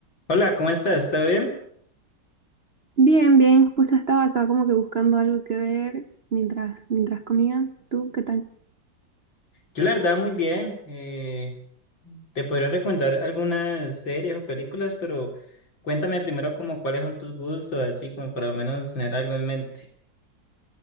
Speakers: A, on the left; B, on the right.
A: Hola, ¿cómo estás? ¿Todo bien?
B: Bien, bien, justo estaba acá como que buscando algo que ver mientras, mientras comía. ¿Tú qué tal?
A: Yo la verdad muy bien. eh, te podría recomendar algunas series o películas, pero cuéntame primero como cuáles son tus gustos, así como para al menos tener algo en mente.